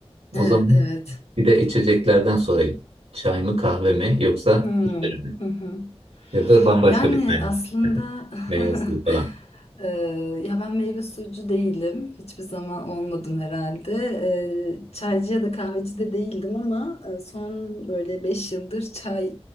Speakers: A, on the right (about 75°); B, on the left (about 80°).
A: O
B: Evet,
A: zaman
B: evet.
A: bir de içeceklerden sorayım. Çay mı kahve mi yoksa
B: Hmm,
A: hiçbiri mi?
B: Hı hı.
A: Ya da bambaşka
B: Yani
A: bir tane
B: aslında
A: mi? <laughs>
B: <laughs>
A: meyve suyu falan.
B: eee, ya ben meyve suyucu değilim. Hiçbir zaman olmadım herhalde. Eee, çaycı ya da kahveci de değildim ama eee, son böyle beş yıldır çay